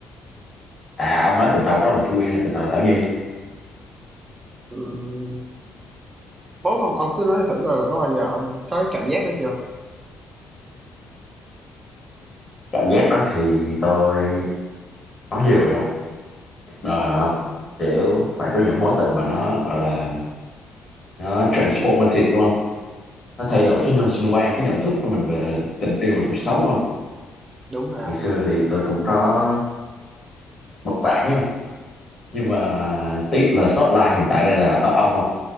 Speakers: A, on the left; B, on the right.
A: à ông nói tình đầu đó là Kim Quyên hay tình đầu là Thảo Nhi
B: ừ, bố ông, ông cứ nói thử coi là có bao giờ ông có cái cảm giác đó chưa
A: cảm giác đó thì tôi nói nhiều rồi không Cuộc đời mà không kiểu phải có những mối tình mà nó gọi là nó transformative đúng không nó thay đổi cái nhân sinh quan cái nhận thức của mình về tình yêu và cuộc sống đúng không
B: đúng rồi
A: ngày
B: không
A: xưa thì tôi cũng có một bạn đấy không nhưng mà tiếc là Spotlight hiện tại đây là ở ông không